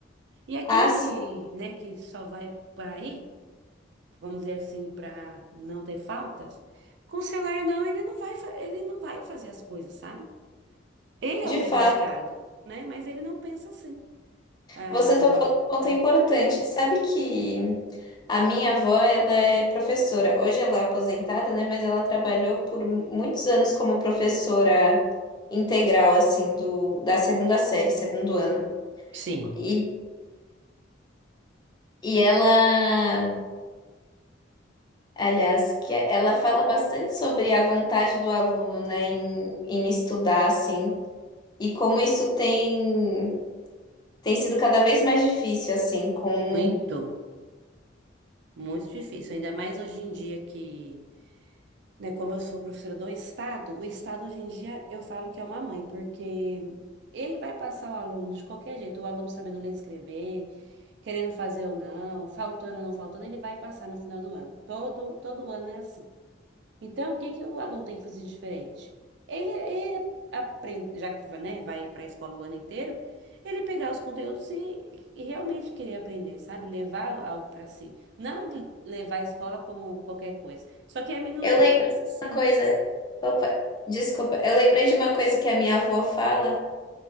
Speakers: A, on the right; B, on the left.
A: E aquele
B: Ah, sim,
A: que, né, que só vai para ir, vamos dizer assim, para não ter faltas, com o celular ou não, ele não vai, fa- ele não vai fazer as coisas, sabe? Ele
B: de
A: é o prejudicado,
B: fato.
A: né? Mas ele não pensa assim. Ah,
B: Você tocou num ponto
A: ah,
B: importante. Sabe que a minha avó, ela é professora. Hoje ela é aposentada, né? Mas ela trabalhou por muitos anos como professora integral, assim, do, da segunda série, segundo ano.
A: sim,
B: E, e ela, aliás, que é, ela fala bastante sobre a vontade do aluno, né, em, em estudar, assim, e como isso tem, tem sido cada vez mais difícil, assim, com
A: muito. Muito difícil, ainda mais hoje em dia que, né, como eu sou professora do Estado, o Estado hoje em dia eu falo que é uma mãe, porque ele vai passar o aluno de qualquer jeito, o aluno sabendo ler e escrever, querendo fazer ou não, faltando ou não faltando, ele vai passar no final do ano. Todo, todo ano é assim. Então, o que que o aluno tem que fazer de diferente? Ele, ele aprende, já que, né, vai para a escola o ano inteiro, ele pegar os conteúdos e, e realmente querer aprender, sabe? Levar algo para si. Não de- levar a escola como qualquer coisa. Só que é a minoria
B: Eu lembro
A: que pensa
B: de
A: assim.
B: uma coisa. Opa, desculpa. Eu lembrei de uma coisa que a minha avó fala,